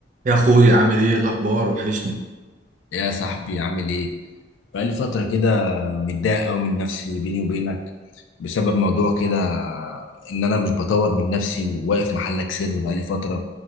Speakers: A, on the right; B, on the left.
A: يا اخويا عامل ايه الاخبار وحشني
B: يا صاحبي عامل ايه؟ بقالي فترة كده متضايق أوي من نفسي بيني وبينك بسبب موضوع كده إن أنا مش بطور من نفسي وواقف محلك سر بقالي فترة